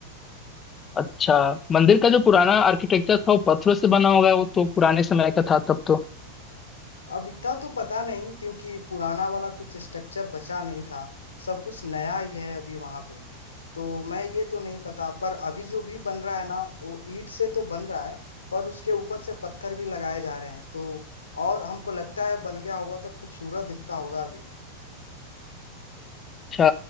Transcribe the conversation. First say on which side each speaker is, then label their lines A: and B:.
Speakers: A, on the left (about 20°); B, on the left (about 70°).
A: अच्छा मंदिर का जो पुराना आर्किटेक्चर था वो पत्थरों से बना होगा वो तो पुराने समय का था तब तो
B: अब इतना तो पता नहीं क्योंकि पुराना वाला कुछ स्ट्रक्चर बचा नहीं था सब कुछ नया ही है अभी वहां पे तो मैं ये तो नहीं पता पर अभी जो भी बन रहा है ना वो ईंट से तो बन रहा है पर उसके ऊपर से पत्थर भी लगाए जा रहे हैं तो और हमको लगता है बन गया होगा तो खूबसूरत दिखता होगा अभी
A: अच्छा